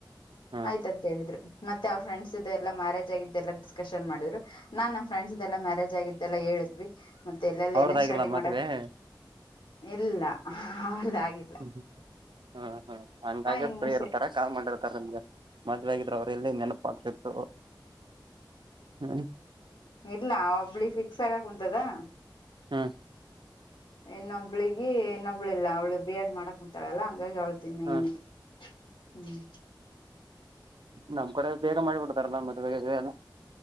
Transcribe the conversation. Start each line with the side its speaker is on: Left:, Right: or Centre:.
Right: ಹಾ
Left: ತ ಹೇಳಿದ್ರರು ಮತ್ತೆ ಅವ್ರ ಫ್ರೆಂಡ್ಸ್ ಇ ಎಲ್ಲ ಮ್ಯಾರೇಜ್ ಆಗಿದ್ದ ಎ ಡ್ಕಶನ್ ಮಾಡಿದ್ರು ನಾನ್ ನಮ್ ಫ್ರೆಂಡ್ಸ್ ಇದೆ ಎಲ್ಲಾ ಮ್ಯಾರೇಜ್ ಆಗಿದ್ದೆಲ್ಲಾ ಹೇಳಿದ್ವಿ ಮತ್ತೆ ಎಲ್ಲೆಲ್ಲ
Right: ಅವ್ರದಾಗಿಲ್ಲ
Left: ಏನೇನ್ ಸ್ಟಡಿ
Right: ಮದ್ವೆ
Left: ಮಾಡಕ್
Right: ಹ
Left: ಇಲ್ಲ ಅವದಾಗಿತ್ತು
Right: ಹ್ಮ ಹ್ಮ್ ಹ್ಮ್ ಅಂದಾಗೆ
Left: ಇನ್ನು
Right: ಫ್ರೀ ಇರ್ತಾರ ಕಾಲ್ ಮಾಡಿರ್ತಾರೆ ನಿಮ್ಗೆ ಮದ್ವೆ ಆಗ್ರೆ ಅವರು ಎಲ್ಲಿ ನೆನಪ ಆತಿರ್ತ ಹ್ಮ್
Left: ಇಲ್ಲ ಒಬ್ಳಿ ಫಿಕ್ಸ್ ಆಗಕ್ ಕುಂಂತದಾ
Right: ಹಾಂ
Left: ಇನ್ನೊಬ್ಳಿಗೆ ಇನ್ನೊಬ್ಳು ಇಿಲ್ಲ ಅವಳು ಬಿ ಎಡ್ ಮಾಡಕ್ ಕುಂಂತಾಳಲ್ಲಾ ಹಂಗಾಗಿ ಅವ್ಳ ದನ್ನ
Right: ಹ್ಮ್
Left: ಏನಿತ್ತು ಹ್ಮ್
Right: ನಮ್ ಕಡೆ ಬೇಗ ಮಾಡಿಬಿಡ್ತಾರಲ್ಲಾ ಮದ್ುವ ಎಲ್ಲ